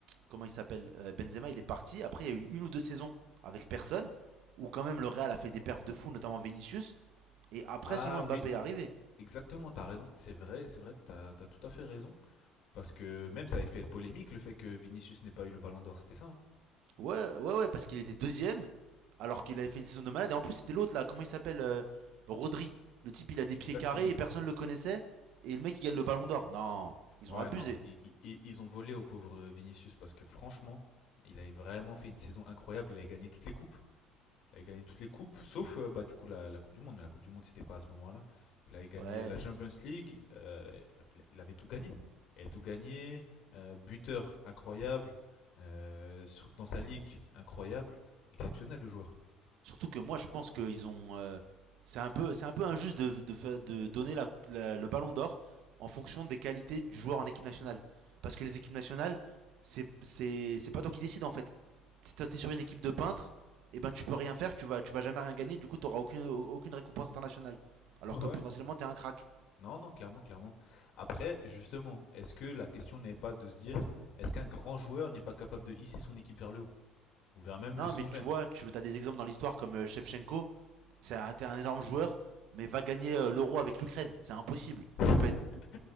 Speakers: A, on the right; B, on the left.
A: Comment il s'appelle Euh, Benzema, il est parti. Après, il y a eu une ou deux saisons avec personne. Où quand même le Real a fait des perfs de fou, notamment Vinicius. Et après,
B: Ah
A: seulement
B: oui,
A: Mbappé est arrivé.
B: exactement, t'as raison. C'est vrai, c'est vrai, t'as, t'as tout à fait raison. Parce que même ça avait fait polémique le fait que Vinicius n'ait pas eu le ballon d'or, c'était ça, hein
A: Ouais, ouais, ouais, parce qu'il était deuxième. Alors qu'il avait fait une saison de malade. Et en plus, c'était l'autre là. Comment il s'appelle euh, Rodri. Le type, il a des
B: Exactement.
A: pieds carrés et personne le connaissait. Et le mec, il gagne le ballon d'or. Non, ils
B: Ouais,
A: ont abusé.
B: non, i- i- i- ils ont volé au pauvre Vinicius parce que franchement, il avait vraiment fait une saison incroyable, il a gagné toutes les coupes. Il avait gagné toutes les coupes, sauf euh, bah, du coup la, la Coupe du Monde, mais la Coupe du Monde c'était pas à ce moment-là. Il avait gagné
A: Ouais.
B: la Champions League, euh, enfin, il, il avait tout gagné. Il avait tout gagné, euh, buteur incroyable, euh, sur, dans sa ligue incroyable, exceptionnel le joueur. <laughs>
A: Surtout que moi, je pense qu'ils ont. euh, c'est un peu, c'est un peu injuste de, de, fa- de donner la- la- le Ballon d'Or en fonction des qualités du joueur en équipe nationale. Parce que les équipes nationales, c'est, c'est, c'est pas toi qui décides en fait. Si t'es sur une équipe de peintres, et ben tu peux rien faire, tu vas, tu vas jamais rien gagner. Du coup, t'auras aucune, aucune récompense internationale. Alors
B: Ouais.
A: que potentiellement, t'es un crack.
B: Non, non, clairement, clairement. Après, justement, est-ce que la question n'est pas de se dire, est-ce qu'un grand joueur n'est pas capable de hisser son équipe vers le haut, ou vers même
A: Non,
B: le sommet?
A: mais tu vois, tu as des exemples dans l'histoire comme euh, Shevchenko. C'est un, énorme joueur, mais va gagner euh, l'euro avec l'Ukraine. C'est impossible.
B: <laughs>
A: Tu peux être,